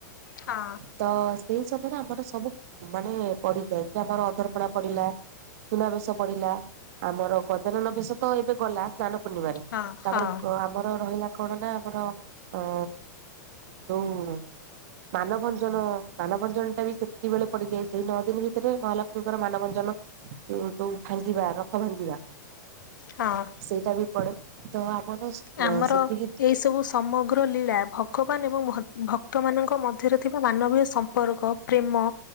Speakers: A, on the left; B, on the right.
A: ହଁ।
B: ତ ସେଇ ସମୟରେ ଆମର ସବୁ ମାନେ ପଡିଯାଏ କି ଆମର ଅଧର୍ପଣା ପଡିଲା ସୁନା ବେଶ ପଡିଲା ଆମର ଗଜାନନ ବେଶ ତ ଏବେ ଗଲା ସ୍ନାନ ପୂର୍ଣିମାରେ।
A: ହଁ ହଁ
B: ତାପରେ ଆମର ରହିଲା କଣ ନା ଆମର ଅ ଯୋଉ ମାନଭଞ୍ଜନ ମାନଭଞ୍ଜନ ଟା ବି ସେତିକି ବେଳେ ପଡିଯାଏ। ସେଇ ନଅ ଦିନ ଭିତରେ ମହାଲକ୍ଷ୍ମୀଙ୍କର ମାନଭଞ୍ଜନ ଯୋଉ ଭାଙ୍ଗିବା ରଥ ଭାଙ୍ଗିବା
A: ହଁ
B: ସେଇଟା ବି ପଡେ। ତ ଆମର
A: ଆମର
B: ସେତିକି
A: ଏଇ ସବୁ ସମଗ୍ର ଲୀଳା ଭଗବାନ ଏବଂ ଭକ୍ତମାନାନଙ୍କ ମଧ୍ୟରେ ଥିବା ମାନବୀୟ ସମ୍ପର୍କ ପ୍ରେମ